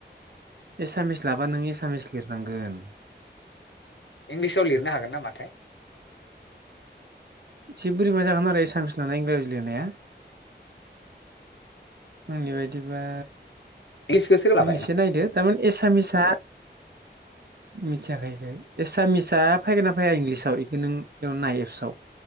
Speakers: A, on the right (about 60°); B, on the left (about 85°).
A: एसामिस लाबा नों एसामिस लिरनांगोन।
B: इंलिसाव लिरनो हागोन नामाथाय?
A: एसे बोरैबा जागोन आरो एसामिस नालाय इंराजि लिरनाया। आंनि बायदिबा
B: इंलिसखौ सोर लाबाय
A: नों एसे नायदो थारमाने एसामिसआ मिथियाखै एसामिसा फैगोन ना फैया इंलिसाव बेखौ नों बेयाव नाय एफसआव